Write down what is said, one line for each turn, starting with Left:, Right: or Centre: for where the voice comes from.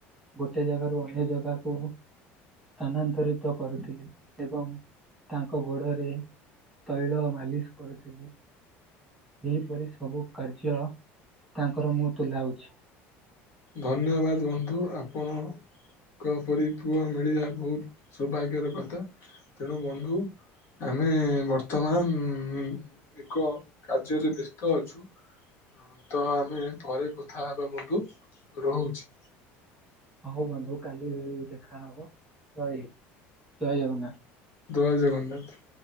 Centre: ଗୋଟେ ଜାଗାରୁ ଅନ୍ୟ ଜାଗାକୁ ସ୍ଥାନାନ୍ତରିତ କରୁଥିଲି, ଏବଂ ତାଙ୍କ ଗୋଡରେ ତୈଳ ମାଲିସ କରୁଥିଲି। ଏହିପରି ସବୁ କାର୍ଯ୍ୟ ତାଙ୍କର ମୁଁ ତୁଲାଉଛି।
Left: ଧନ୍ୟବାଦ ବନ୍ଧୁ। ଆପଣ ଙ୍କ ପରି ପୁଅ ମିଳିବା ବହୁତ ସୌଭାଗ୍ୟର କଥା, ତେଣୁ ବନ୍ଧୁ ଆମେ ବର୍ତ୍ତମାନ ଏକ କାର୍ଯ୍ୟରେ ବ୍ୟସ୍ତ ଅଛୁ। ତ ଆମେ ପରେ କଥା ହେବା ବନ୍ଧୁ ରହୁଛି।
Centre: ହଉ ବନ୍ଧୁ କାଲି ଦେଖା ହବ ରହିଲି, ଜୟ ଜଗନ୍ନାଥ।
Left: ଜୟ ଜଗନ୍ନାଥ।